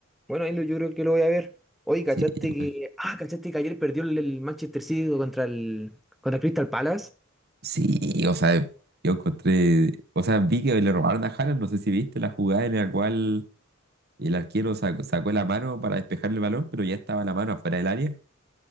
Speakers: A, in the centre; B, on the right.
A: Bueno, ahí lo- yo creo que lo voy a ver. Oye, ¿cachaste
B: Sí, igual.
A: que. Ah, ¿cachaste que ayer perdió el, el Manchester City contra el. contra el Crystal Palace?
B: Sí, o sea, yo encontré, o sea, vi que le robaron a Haaland, no sé si viste la jugada en la cual el arquero sacó, sacó la mano para despejar el balón, pero ya estaba la mano afuera del área.